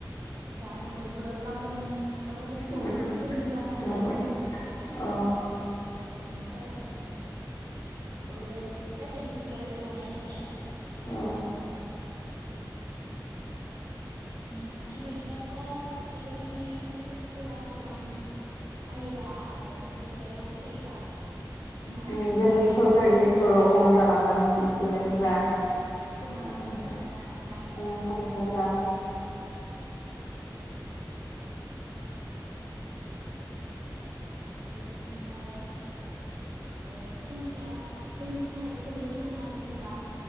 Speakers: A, on the right (about 80°); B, on the left (about 85°).
A: दानिया बयबो गाव गावनि गथ'फोरखौ
B: उम
A: गोरों जाजानो
B: माबा
A: लुबैयो ना लाय
B: औ
A: औ बिनि थाखायनो बयबो प्राइभेट इस्कुलावसो लांनाय नुयो।
B: औ।
A: आंनि साननाय बायदिबाथ' बेबायदि प्राइभेट स्कुला गोबां जायो बा आरो गथ'फोरखौ बेयाव लांबाय थायोबा जोंना
B: उम जोंनि
A: सरकारि स्कुलफोरा
B: स्कुलाव खम जालांगोन ओं स्टुदेन्टफोरा
A: खम जालांगोन माने गोमा
B: खम
A: लांगोन खोना ना नोंथां। <inaudible>
B: ओ फरायसाफोरा
A: बेबादिनो आरो औ सोलोंथाया जोंनि थाखाय जोबोर गोनां आरो जेनेबा